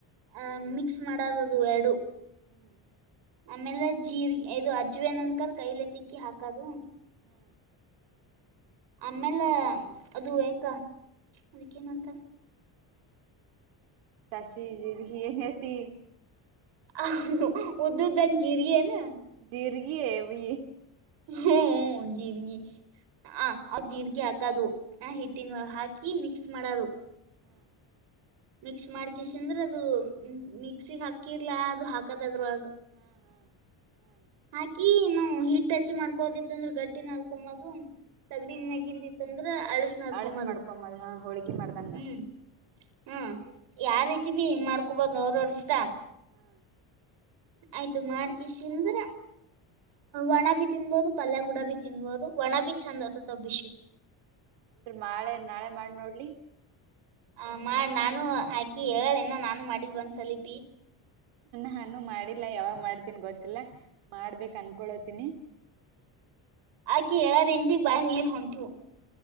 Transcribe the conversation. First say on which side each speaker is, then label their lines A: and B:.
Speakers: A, on the right; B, on the right.
A: ಅ ಮಿಕ್ಸ್ ಮಾಡದದು ಎರಡು
B: ಹ್ಮ್
A: ಆಮೇಲೆ ಜೀರ್ ಇದು ಅಜ್ವ ನಂಕರ್ ಕೈಲೆ ತಿಕ್ಕಿ ಹಾಕದು
B: ಹ್ಮ್
A: ಆಮೇಲೆ ಅದು ಹೇಗ ಅದಕ್ಕ ಏನುಂತಾರ
B: ತಸ ಜರಿ ಏನತಿ
A: ಅ ಉದುದನ್ ಜೀರಿಗೆ ನ
B: ಜರುಗವಿ
A: ಹ್ಮ ಜೀರ್ಗಿ ಹ್ ಜೀರ್ಗಿ ಹಾಕದು ಆ
B: ಹ್ಮ್
A: ಹಿಟ್ಟಿನ ಒಳ ಹಾಕಿ ಹಾಕಿ ಮಿಕ್ಸ್ ಮಾಡೋದು
B: ಹ್ಮ್
A: ಮಿಕ್ಸ್ ಮಾಡ್ಕಿಸ ಅಂದ್ರ ಅದು ಮಿಕ್ಸಿಗ್ ಹಾಕಿರ್ಲಾ ಅದು ಹಾಕದದ್ರ
B: ಹ್ಮ್ ಹ್ಮ್ ಹ್ಮ್
A: ಹಾಕಿ ನಾ ಹೀಟ್ ಟಚ್ ಮಾಡ್ಕೋದಿತ್ತು ಅಂದ್ರ ಗಟ್ಟಿ ನಡ್ಕೊ ಮಾಗು ತಗಡನ್
B: ಹಾ
A: ನಗನ್ಿತ್ತ ಅಂದ್ರ ಅಳ್ಸ ನದಕೊಂಬದು
B: ಅಳಸ್ ಮಾಡ್ಕೊಂಬದ ಹಾ ಹೋಳ್ಗಿ ಮಾಡ್ದಂಗ
A: ಹ್ಮ್ ಹ್ಮ ಯಾರ್ ರಐತಿ ಬಿ ಮಾಡ್ಕೊಬೋದು್ ಅವ್ರ ಅವ್ರ ಇಷ್ಟ
B: ಹ್ಮ್
A: ಆಯ್ತು ಮಾಡ್ಕ ಶಂದ್ರ ಒಣ ಬಿ ತಿನ್ಬೋದು ಪಲ್ಯ ಗೂಡ ತಿನ್ಬಹುದು ಒಣ ಬಿ ಚಂದ ಆತತ್ಭಿಷೀ
B: ಅಂದ್ರ ಮಳೆ ನಾಳೆ ಮಾಡಿ ನೋಡ್ಲಿ
A: ಆ ಮಾಡ ನಾನು ಆಾಕಿ ಹೇಳಣ ನೋ ನಾನು ಮಾಡಿದ್ ಒಂದ್ಸಲ
B: ನಾನು ಮಾಡಿಲ್ಲಾ ಯಾವಾಗ್ ಮಾಡ್ ನ್ ಗೊತ್ತಿಲ್ಲ ಮಾಡ್ಬೇಕ ಅನ್ಕೊಳೋತೀನಿ
A: ಆಕಿ ಹೇಳ್ ಇಂಜಿ ಬಾ ನೀರ್ ಹೊಂಟವು